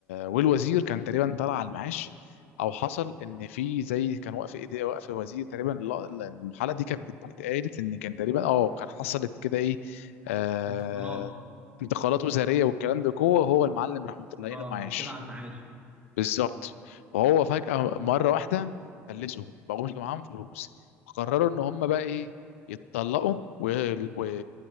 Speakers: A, on the left; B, on the right.
A: والوزير كان تقريبا طلع على المعاش او حصل ان في زي كان واقف ايديه واقف وزير تقريبا الل- الل- الحلقه دي كانت بت- بتقالت ان كان تقريبا اه كان حصلت كده ايه آه،
B: انتقالات
A: انتقالات وزاريه والكلام ده جوه هو المعلم راح مطلعينه
B: اه
A: معاش
B: وطلع على المعاش
A: بالظبط وهو فجاه مره واحده فلسوا بقوش معاهم فلوس فقرروا ان هم بقى ايه يتطلقوا وطبعا و...